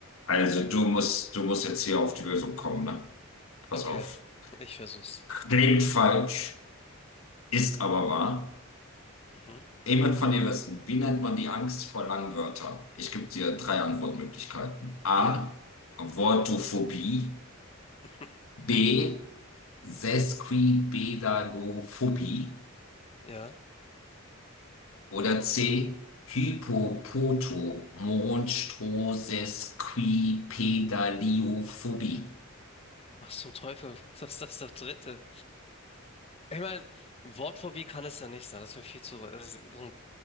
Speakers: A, on the left; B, on the left.
A: Also du musst, du musst jetzt hier auf die Lösung kommen, ne? Pass
B: Okay,
A: auf.
B: ich versuch's.
A: Klingt falsch, ist aber wahr.
B: Mhm.
A: Ich will von dir wissen, wie nennt man die Angst vor langen Wörtern? Ich gebe dir drei Antwortmöglichkeiten. A.
B: Ja,
A: Wortophobie.
B: <laughs>
A: B. Sesquipedalophobie.
B: ja.
A: Oder C. Hypopotomonstrosequipedaliophobie.
B: Was zum Teufel? <laughs> Was ist das, das Dritte? Ich meine, Wortphobie kann es ja nicht sein. Das wäre viel zu. Das ist so ein-